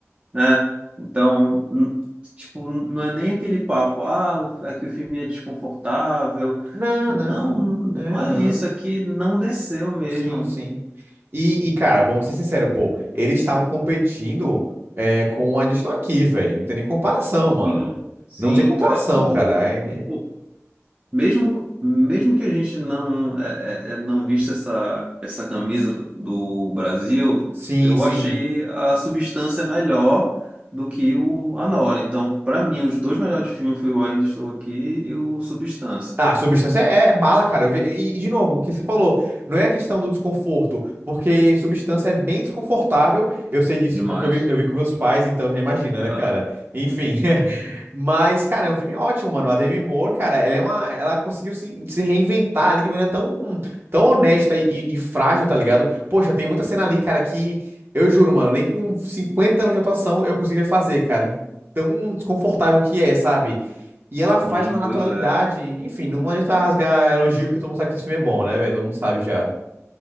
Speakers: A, on the right (about 25°); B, on the right (about 45°).
A: né? Então, n- tipo, não é nem aquele papo, ah, o- é que o filme é desconfortável.
B: Não,
A: Não,
B: não. É,
A: não é
B: não.
A: isso, é que não desceu mesmo.
B: Sim, sim. E, e, cara, vamos ser sinceros, pô. Ele estava competindo é, com a onde estou aqui, velho. Não tem nem comparação, mano.
A: Sim, sim,
B: Não tem comparação,
A: cara. Pô,
B: cara. É- é,
A: pô, mesmo, mesmo que a gente não é, é, é, não vista essa, essa camisa do, do Brasil,
B: Sim,
A: eu
B: sim.
A: achei a substância melhor do que o Anora. Então, pra mim, os dois melhores filmes foi o Ainda Estou Aqui e o Substância.
B: Ah, substância é, é bala, cara. Eu vi- E, e, de novo, o que você falou, não é a questão do desconforto, porque substância é bem desconfortável. Eu sei disso,
A: Demais.
B: porque eu vi, eu vi com meus pais, então já imagina, né,
A: tá?
B: cara? Enfim. <laughs> Mas, cara, é um filme ótimo, mano. A Demi Moore, cara, ela é uma, ela conseguiu se, se reinventar ali de maneira tão, tão honesta e, e- e frágil, tá ligado? Poxa, tem muita cena ali, cara, que eu juro, mano, nem com 50 anos de atuação eu conseguiria fazer, cara. Tão desconfortável que é, sabe? E ela faz
A: Sim,
B: uma naturalidade.
A: pois é, cara.
B: Enfim, não adianta rasgar elogio, porque todo mundo sabe que esse filme é bom, né, velho? Todo mundo sabe já.